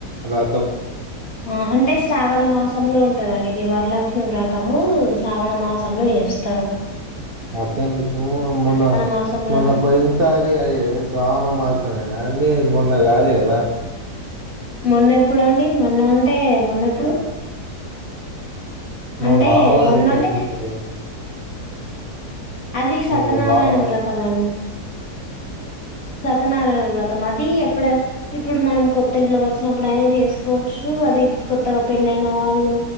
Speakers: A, on the right; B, on the left.
A: రా
B: ఆ అంటే శ్రావణ మాసంలో ఉం గదండి ఇది వరలక్ష్మి వ్రతము శ్రావణ మాసంలో చేస్తరు
A: అతనికి మొన్న
B: మాసంలో
A: మొన్న పోయినసారి అది శ్రావణ మాసమేనా అండి మొన్న గాదు గదా
B: మొన్న ఎప్పుడు అండి మొన్న అంటే మొన్నెప్పుడు
A: మా
B: అంటే
A: బావ గారి
B: మొన్నంటే
A: పెళ్ళికి లేండి
B: అది సత్యనారాయణ
A: మా బావ
B: వ్రతం అం సత్యనారాయణ వ్రతం అది ఎప్పుడ ఇప్పుడు మనం కొత్త ఇంట్లోకి వచ్చినప్పుడు అయినా చేసుకోవచ్చు అది కొత్తగా పెళ్ళయిన వాళ్ళు